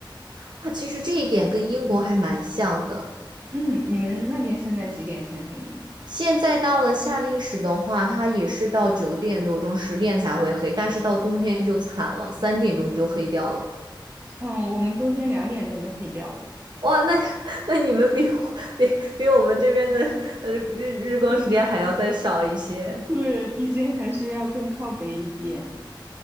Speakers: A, on the right; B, on the right.
A: 啊，其实这一点跟英国还蛮像的。
B: 嗯，你们那边现在几点天黑呢？
A: 现在到了夏令时的话，它也是到九点多钟、十点才会黑，但是到冬天就惨了，三点钟就黑掉了。
B: 嗯，我们冬天两点钟就黑掉了。
A: 哇，那 <laughs> 那你们比我比比我们这边的呃日日光时间还要再少一些。
B: 嗯。对，毕竟还是要更靠北一点。